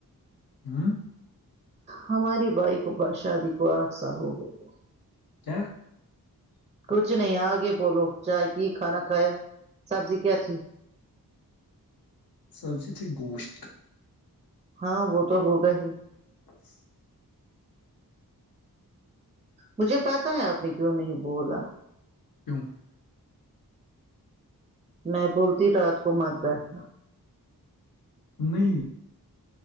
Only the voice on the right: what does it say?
ہماریے بھائی کو پا شادی کو آٹھ سال ہو گئے تھ
کچھ نہیں آگے بولو چائے پی کھانا کھایا سبزی کیا تھی
ہاں وہ تو ہوگا ہی
مجھے پتا ہے آپ نے کیوں نہیں بولا
میں بولتی رات کو مت بیٹھنا